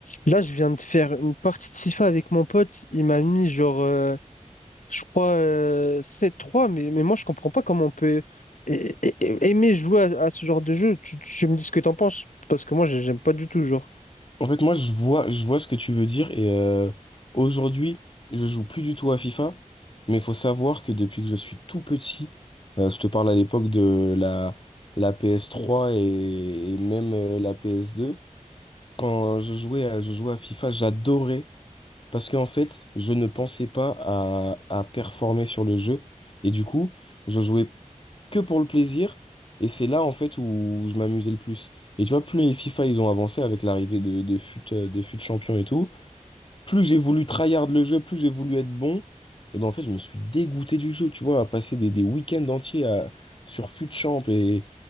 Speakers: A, on the left; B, on the left.
A: Là, je viens de faire une partie de FIFA avec mon pote. Il m'a mis genre, euh, je crois, euh, 7-3, mais, mais moi, je comprends pas comment on peut a- a- aimer jouer à, à ce genre de jeu. Tu, tu me dis ce que t'en penses, parce que moi, j'ai- j'aime pas du tout, genre.
B: En fait, moi, je vois, je vois ce que tu veux dire et euh, aujourd'hui, je joue plus du tout à FIFA, mais il faut savoir que depuis que je suis tout petit, euh, je te parle à l'époque de la, la PS3 et, et même euh, la PS2, quand je jouais à, je jouais à FIFA, j'adorais parce qu'en fait, je ne pensais pas à, à performer sur le jeu et du coup, je jouais que pour le plaisir. Et c'est là, en fait, où je m'amusais le plus. Et tu vois, plus les FIFA, ils ont avancé avec l'arrivée de, de FUT, euh, de FUT Champion et tout, plus j'ai voulu tryhard le jeu, plus j'ai voulu être bon. Et ben, en fait, je me suis dégoûté du jeu, tu vois, à passer des, des week-ends entiers à- sur FUT Champ et,